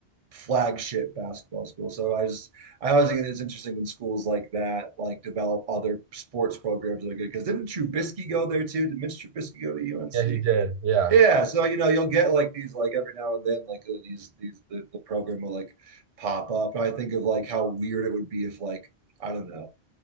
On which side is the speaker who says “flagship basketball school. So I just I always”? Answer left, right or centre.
Right